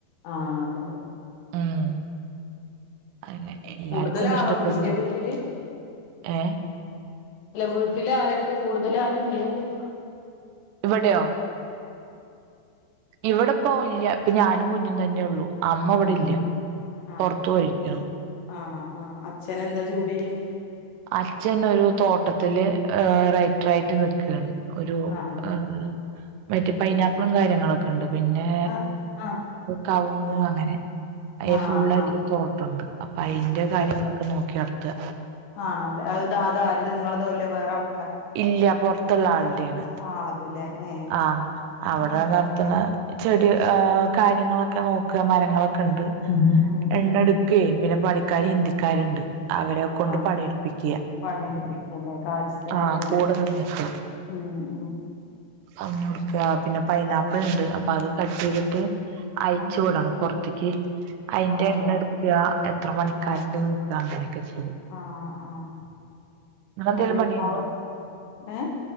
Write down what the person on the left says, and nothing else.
ആഹ് അതെ
കൂടുതല്
ആളാന്ന
ഇന്റെ വീട്ടില്
അല്ല വീട്ടില് ആരൊക്കെ കൂടുതല് ആരും ഇല്ലേന്ന്
ആഹ്
ആഹ്
ആണോ ആഹ് അച്ഛന് എന്താ ജോലി എയ്യണേ
ആഹ്
ആഹ് ആഹ്
ആഹ്
ആഹ്
ആണോ അത് അത് ആര്ത് നിങ്ങള്തേലോ ഇല്ലേ വേറെ ആൾ
ആളതല്ലേ ഏഹ്
ഉം
ഉം
ഉം
ആഹ്
പണിയെടുപ്പിക്കല്ലേ കാര്യസ്ഥനായിട്ട്
നിക്കും
ഉം ഉം
ഉം
ആണല്ലേ
ആഹ്
ആഹ് ആഹ്
അത്
അവ ഏഹ്